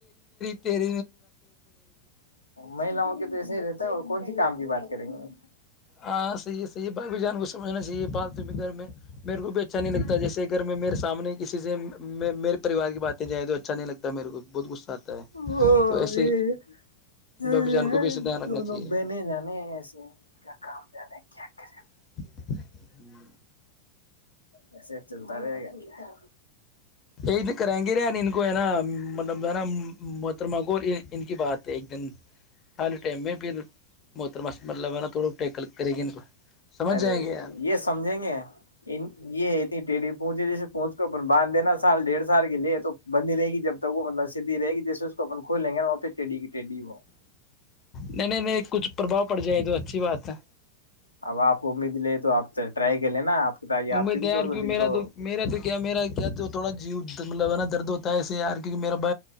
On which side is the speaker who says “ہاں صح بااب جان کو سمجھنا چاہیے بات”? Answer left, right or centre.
Left